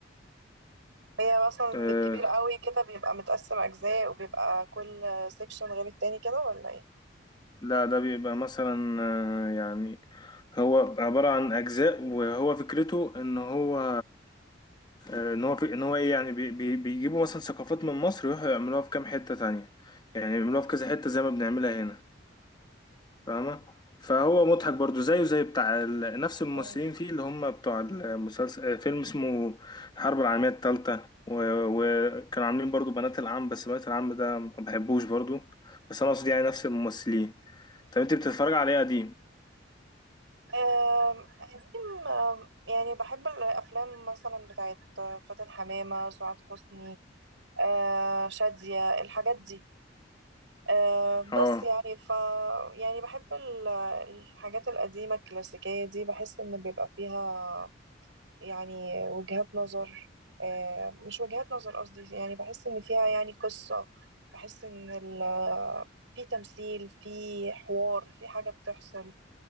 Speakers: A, on the right; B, on the left.
A: هي مثلا زي
B: أه
A: الكبير قوي كده بيبقى متقسم اجزاء وبيبقى كل سيكشن غير التاني كده ولا
B: لا ده بيبقى مثلا آه، يعني هو عبارة عن أجزاء وهو فكرته إن هو آه، إن هو في إن هو إيه يعني بي بي بيجيبوا مثلا ثقافات من مصر ويروحوا يعملوها في كام حتة تانية يعني يعملوها في كذا حتة زي ما بنعملها هنا فاهمة فهو مضحك برضو زيه زي بتاع ال... نفس الممثلين
A: ايه
B: فيه اللي هم بتوع المسلسل فيلم اسمه الحرب العالمية التالتة و... وكانوا عاملين برضو بنات العم بس بنات العم ده ما بحبوش برضو بس انا قصدي يعني نفس الممثلين طب انت بتتفرج على ايه قديم
A: آم، قديم آم، يعني بحب الأفلام مثلا بتاعت فاتن حمامة سعاد حسني آه، شادية الحاجات دي آه، بس
B: اه
A: يعني ف يعني بحب ال- الحاجات القديمة الكلاسيكية دي بحس إن بيبقى فيها يعني وجهات نظر آه، مش وجهات نظر قصدي يعني بحس إن فيها يعني قصة بحس إن ال في تمثيل في حوار في حاجة بتحصل